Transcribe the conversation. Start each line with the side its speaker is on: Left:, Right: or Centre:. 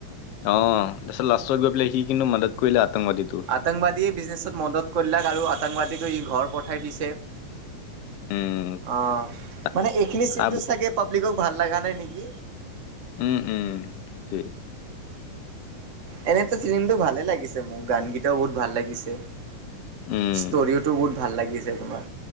Left: অ' তাৰপিছত লাষ্টত গৈ পেলাই সি কিন্তু মদত কৰিলে আতংকবাদী টোক।
Right: আতংবাদীয়ে বিজনেছত মদত কৰিলাক আৰু আতংবাদীকে ই ঘৰ পঠাই দিছে।
Left: উম,
Right: অ'
Left: তা-
Right: মানে এইখিনি চিনটো
Left: তাৰ ব-
Right: চাগে পাব্লিকক ভাল লগা নাই নেকি?
Left: উম-উম সেইটোৱে
Right: এনেটা ফিল্মটো ভালে লাগিছে মোৰ। গানকেইটাও বহুত ভাল লাগিছে,
Left: উম,
Right: ষ্টৰিওটো বহুত ভাল লাগিছে তোমাৰ।